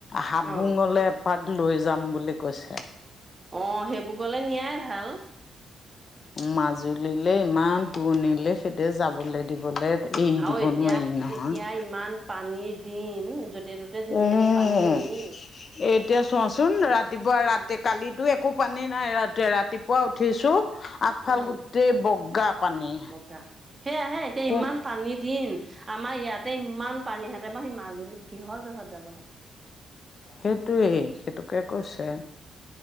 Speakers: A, on the left; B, on the right.
A: হাবুঙলে
B: অ',
A: এপাত লৈ যাম বুলি কৈছে।
B: অ সেইবোৰ কলে নিয়াই ভাল।
A: মাজুলীলে ইমান দৰণিলে সেইটো যাবলৈ দিব। গ'লে এৰি
B: আৰু
A: দিব
B: এতিয়া
A: নোৱাৰি নহয়।
B: এতিয়া ইমান পানীৰ দিন যতে ত'তে যেনি
A: উম
B: তেনি পানী উম।
A: এতিয়া চোৱাচোন ৰাতিপুৱা
B: উম,
A: ৰাতি। কালিতো একো পানী নাই ৰা ৰাতিপুৱা উঠিছো। আগফাল
B: উম,
A: গোটেই বগা পানী
B: বগা সেয়াহে এতিয়া
A: কু।
B: ইমান পানী দিম আমাৰ ইয়াতে ইমান পানীহেঁতে মাৰ সেই মাজুলীত কিহৰ জহত যাব লাগে।
A: সেইটোৱেই
B: দৰকাৰ
A: সেইটোকে কৈছে।